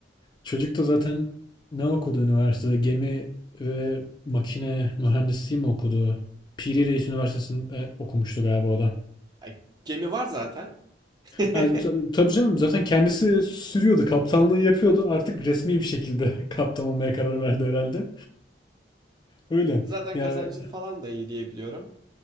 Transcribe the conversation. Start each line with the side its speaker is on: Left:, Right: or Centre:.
Left: çocuk da zaten ne okudu üniversitede? Gemi ve makine mühendisliği mi okudu? Piri Reis Üniversitesi'nde okumuştu galiba o da.
Right: Ay, gemi var zaten. <laughs>
Left: Yani ta- tabii canım zaten kendisi sürüyordu, kaptanlığı yapıyordu. Artık resmi bir şekilde <laughs> kaptan olmaya karar verdi herhalde. Öyle.
Right: Zaten
Left: Ya
Right: kazancı falan da iyi diyebiliyorum.